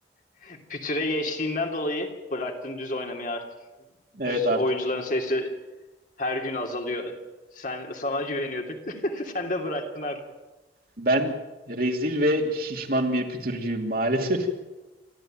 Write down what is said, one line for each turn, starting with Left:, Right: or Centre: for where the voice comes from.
Left: <laughs> pütüre geçtiğinden dolayı bıraktın düz oynamayı artık.
Right: Evet
Left: Düz
Right: artık.
Left: oyuncuların sayısı her gün azalıyor. Sen sana güveniyorduk. <laughs> Sen de bıraktın artık.
Right: Ben rezil ve şişman bir pütürcüyüm maalesef.